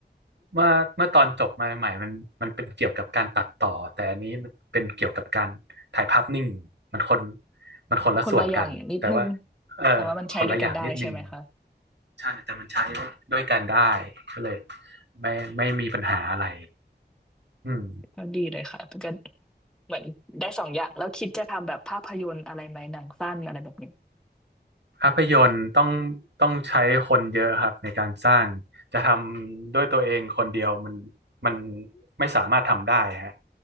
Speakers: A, on the right; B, in the centre.
A: เมื่อเมื่อตอนจบมาใหม่ๆมันมันเป็นเกี่ยวกับการตัดต่อแต่อันนี้มันเป็นเกี่ยวกับการถ่ายภาพนิ่งมันคนมันคนละส่วนกันแต่ว่า
B: คนละอย่างอย่างนิดนึง
A: เออคนละอย่างนิดนึง
B: แต่ว่ามันใช้ด้วยกันได้ใช่ไหมคะ
A: ใช่แต่มันใช้ด้วยกันได้ก็เลยไม่ไม่มีปัญหาอะไรอืม
B: ก็ดีเลยค่ะมันก็เหมือนได้สองอย่างแล้วคิดจะทำแบบภาพยนตร์อะไรไหมหนังสั้นอะไรแบบนี้
A: ภาพยนตร์ต้องต้องใช้คนเยอะครับในการสร้างจะทำด้วยตัวเองคนเดียวมันมันไม่สามารถทำได้ฮะ